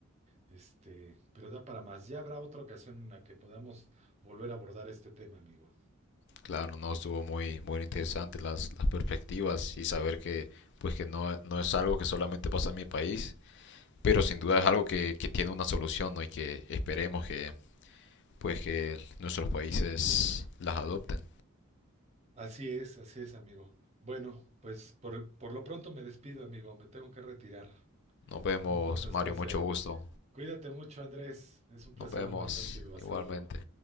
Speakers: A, on the right; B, on the left.
A: Este, pero da para más. Ya habrá otra ocasión en la que podamos volver a abordar este tema, amigo.
B: Claro, no estuvo muy, muy interesante las, las perspectivas y saber que, pues que no, no es algo que solamente pasa en mi país, pero sin duda es algo que, que tiene una solución, ¿no? Y que esperemos que, pues que nuestros países las adopten.
A: Así es, así es, amigo. Bueno, pues por el- por lo pronto me despido, amigo. Me tengo que retirar.
B: Nos vemos,
A: Tengo cosas
B: Mario,
A: que hacer.
B: mucho gusto.
A: Cuídate mucho, Andrés. Es un placer
B: Nos vemos
A: hablar contigo. Hasta
B: igualmente.
A: luego.